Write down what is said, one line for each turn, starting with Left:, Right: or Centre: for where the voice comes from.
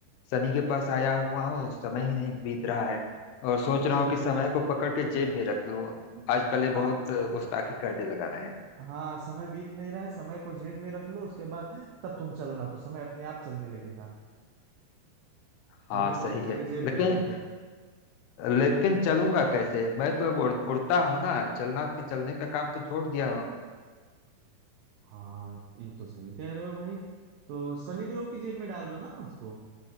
Left: सनी के पास आया हुआ हूँ समय ही नहीं बीत रहा है और सोच
Right: उस-
Left: रहा हूँ कि समय को पकड़ के जेब में रख लूं
Right: हम्म।
Left: आजकल ये
Right: हाँ
Left: बहुत अ, गुस्ताखी करने लगा है
Right: हाँ समय बीत नहीं रहा है समय को जेब में रख लो उसके बाद तब तुम चलना तो समय अपने आप चलने लगेगा
Left: हाँ
Right: समय
Left: सही
Right: को उठा
Left: है
Right: के जेब
Left: लेकिन
Right: में रख लो
Left: लेकिन चलूंगा कैसे मैं तो अब उड़, उड़ता हूँ ना चलना के चलने का काम तो छोड़ दिया हूँ
Right: हाँ ये तो सही कह रहे हो भाई तो शनिदेव की जेब में डाल दो ना उसको